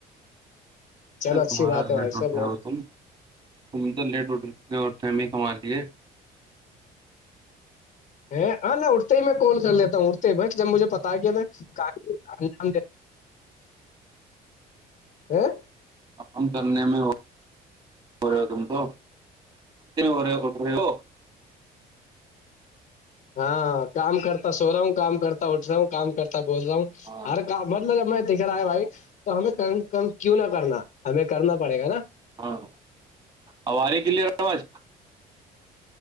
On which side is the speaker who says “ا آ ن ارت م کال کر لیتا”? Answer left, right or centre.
Left